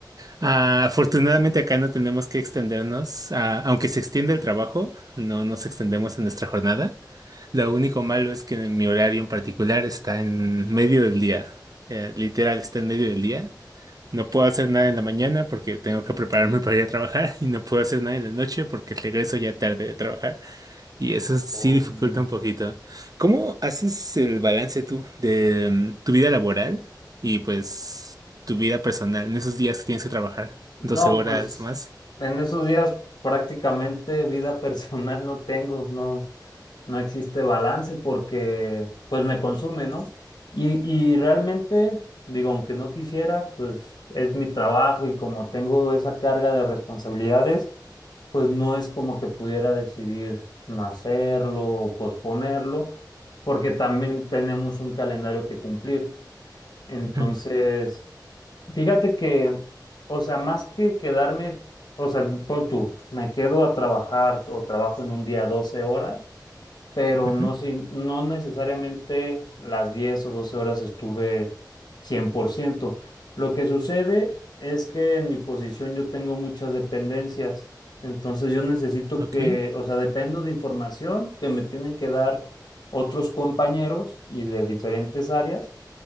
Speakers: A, on the right (about 55°); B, on the left (about 70°).
A: Ah, afortunadamente acá no tenemos que extendernos, ah, aunque se extiende el trabajo, no nos extendemos en nuestra jornada. Lo único malo es que en mi horario en particular está en medio del día. Eh, literal, está en medio del día. No puedo hacer nada en la mañana porque tengo que prepararme <laughs> para ir a trabajar <laughs> y no puedo hacer nada en la noche porque regreso ya tarde de trabajar y eso sí
B: Oh,
A: dificulta un poquito. ¿Cómo haces el balance tú de mm, tu vida laboral y pues tu vida personal en esos días que tienes que trabajar?
B: No,
A: doce horas
B: pues
A: más.
B: en esos días prácticamente vida <laughs> personal no tengo, no, no existe balance porque pues me consume, ¿no? Y, y realmente, digo, aunque no quisiera, pues es mi trabajo y como tengo esa carga de responsabilidades, pues no es como que pudiera decidir no hacerlo o posponerlo, porque también tenemos un calendario que cumplir. Entonces...
A: Ujú,
B: Fíjate que, o sea, más que quedarme, o sea, pon tú, me quedo a trabajar o trabajo en un día 12 horas, pero
A: ujú.
B: no sé, no necesariamente las 10 o 12 horas estuve 100%. Lo que sucede es que en mi posición yo tengo muchas dependencias, entonces yo necesito
A: Ok,
B: que, o sea, dependo de información que me tienen que dar otros compañeros y de diferentes áreas